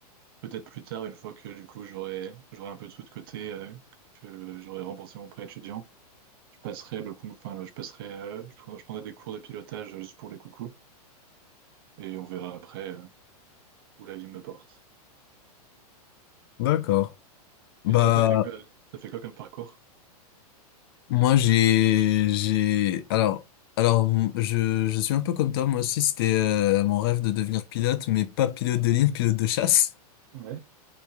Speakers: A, on the right; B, on the left.
A: Peut-être plus tard, une fois que du coup j'aurai j'aurai un peu de sous de côté, euh, que j'aurai remboursé mon prêt étudiant, je passerai le con- enfin, je passerai, euh, je, prends- je prendrai des cours de pilotage euh, juste pour les coucous et on verra après euh, où la vie me porte.
B: D'accord. Bah,
A: Et toi, t'as fait quoi, t'as fait quoi comme parcours?
B: moi, j'ai, j'ai, alors, alors, m- je, je suis un peu comme toi, moi aussi, c'était euh, mon rêve de devenir pilote, mais pas pilote de ligne, pilote de chasse.
A: Ouais,